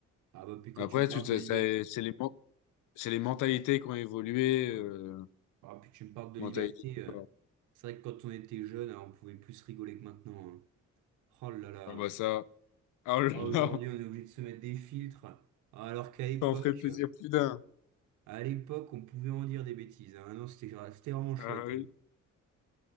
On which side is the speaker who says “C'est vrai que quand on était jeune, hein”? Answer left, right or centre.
Right